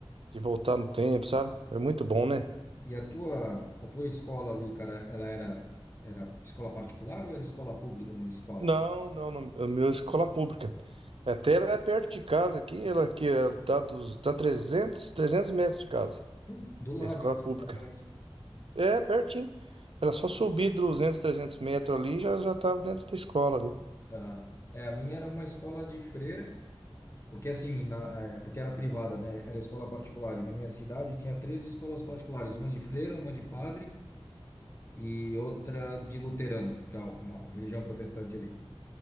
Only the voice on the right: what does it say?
de voltar no tempo, sabe? É muito bom, né?
Não,
não, não, a minha escola pública. Até ela é perto de casa aqui, ela que é dá, dos, dá 300 300 metros de casa.
É escola
pública.
É, pertinho. Era só subir 200, 300 metros ali, já já tava dentro da escola ali.